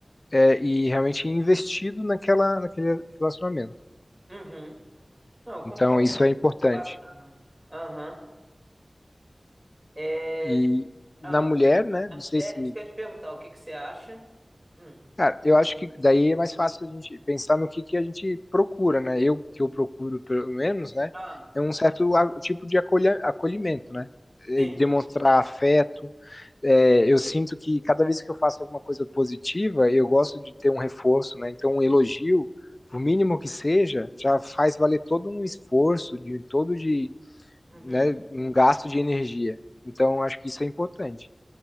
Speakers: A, on the left (about 40°); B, on the right (about 25°).
A: é, e realmente investido naquela, naquele relacionamento.
B: uhum. Não, concordo.
A: Então, isso é importante.
B: Bacana. Aham. É,
A: E na
B: ah,
A: mulher, né, não sei
B: era
A: se
B: isso que eu ia te perguntar, o que que você acha? Hum.
A: Cara, eu acho que daí é mais fácil a gente pensar no que, que a gente procura, né? Eu, que eu procuro, pelo menos, né?
B: Ah,
A: É um certo a- tipo de acolha- acolhimento, né? É,
B: sim.
A: Demonstrar afeto. É, eu sinto que cada vez que eu faço alguma coisa positiva, eu gosto de ter um reforço, né? Então, um elogio, por mínimo que seja, já faz valer todo um esforço, de todo de,
B: Uhum.
A: né, um gasto de energia. Então, eu acho que isso é importante.